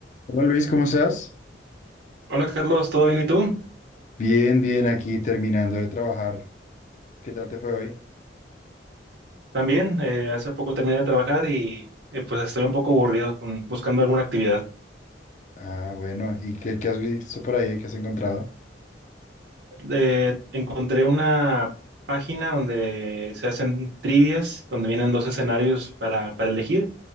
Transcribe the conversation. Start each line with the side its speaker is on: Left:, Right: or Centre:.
Left: Hola Luis, ¿cómo estás?
Right: Hola Carlos, ¿todo bien y tú?
Left: Bien, bien, aquí terminando de trabajar. ¿Qué tal te fue hoy?
Right: También, eh, hace poco terminé de trabajar y eh, pues estoy un poco aburrido con- buscando alguna actividad.
Left: Ah, bueno, ¿y qué, qué has visto por ahí? ¿Qué has encontrado?
Right: Eh, encontré una página donde se hacen trivias, donde vienen dos escenarios para, para elegir.